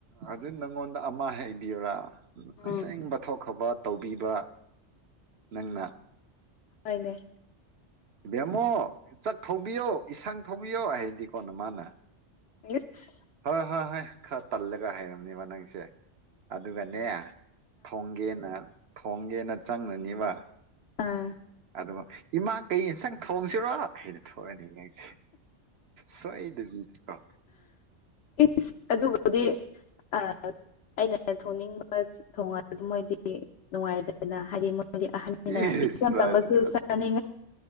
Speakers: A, on the right (about 65°); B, on the left (about 75°).
A: ꯑꯗꯨ ꯅꯪꯉꯣꯟꯗ ꯑꯃ ꯍꯩꯕꯤꯌꯔꯥ
B: ꯎꯝ
A: ꯑꯁꯦꯡꯕ ꯊꯣꯛꯈꯕ ꯇꯧꯕꯤꯕ ꯅꯪꯅ
B: ꯍꯅꯦ
A: ꯕꯦꯝꯃꯣ ꯆꯥꯛ ꯊꯧꯕꯤꯌꯣ ꯏꯁꯁꯥꯡ ꯊꯧꯕꯤꯌꯣ ꯍꯥꯏꯗꯤ ꯀꯣꯅ ꯃꯥꯅ
B: ꯏꯁ
A: ꯍ ꯍꯣꯏ ꯍꯣꯏ ꯈꯔ ꯇꯜꯂꯒ ꯍꯩꯔꯕꯝꯅꯤ ꯋꯥ ꯅꯪꯁꯦ ꯑꯗꯨꯒꯅꯦ ꯊꯣꯡꯒꯦꯅ ꯊꯣꯡꯒꯦꯅ ꯆꯪꯅꯅꯤꯕ
B: ꯑꯥ
A: ꯑꯗꯨꯕꯨ ꯏꯃꯥꯡ ꯀꯩ ꯏꯟꯁꯪ ꯊꯣꯡꯁꯤꯔꯣ ꯑꯩꯅ ꯊꯣꯛꯑꯅꯤ ꯅꯪꯁꯦ ꯁꯋꯥꯏꯗꯕꯤꯗ ꯀꯣ
B: ꯏꯁ ꯑꯗꯨꯕꯨꯗꯤ ꯑ ꯑꯩꯅ ꯊꯣꯡꯅꯤꯡꯕ ꯊꯣꯡꯉꯗꯤ ꯃꯣꯏꯗꯤ ꯅꯨꯡꯉꯥꯏꯔꯦꯗꯅ ꯍꯥꯏꯗꯤ ꯃꯣꯏꯗꯤ ꯑꯍꯟ ꯑꯩꯅ
A: ꯏꯁ
B: ꯏꯆꯝ
A: ꯃꯥꯁꯦ
B: ꯇꯝꯕꯁꯨ
A: ꯑꯁ
B: ꯁꯅꯤ